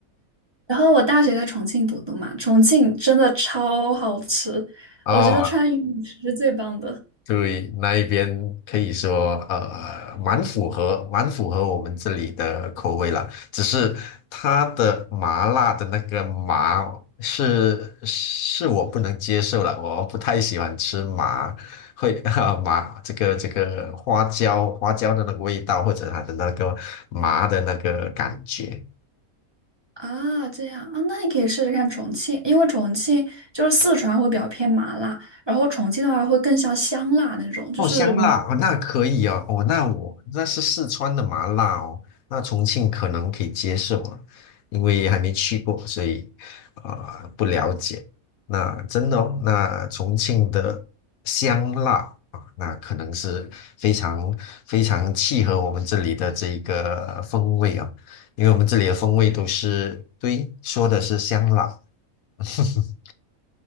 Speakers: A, on the right; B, on the left.
A: 然后我大学在重庆读的嘛，重庆真的超好吃，
B: 哦，
A: 我觉得川渝美食是最棒的
B: 对，那一边可以说，呃，蛮符合，蛮符合我们这里的口味啦。只是它的麻辣的那个麻是是我不能接受了，我不太喜欢吃麻，会 <laughs> 啊、麻这个这个花椒花椒的那个味道，或者它的那个麻的那个感觉。
A: 啊！这样啊，那你可以试试看重庆，因为重庆就是四川会比较偏麻辣，然后重庆的话会更像香辣那种，就是麻。
B: 哦，香辣哦，那可以哦，哦，那我那是四川的麻辣哦，那重庆可能可以接受啊，因为还没去过，所以啊、呃不了解。那真的哦，那重庆的香辣啊，那可能是非常非常契合我们这里的这一个风味啊，因为我们这里的风味都是，对，说的是香辣。<laughs>